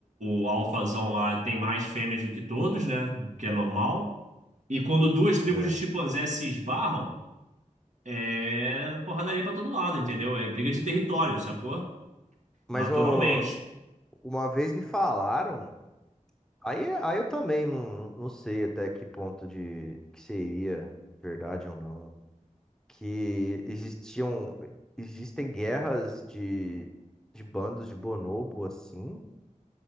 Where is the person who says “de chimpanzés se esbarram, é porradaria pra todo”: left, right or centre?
Right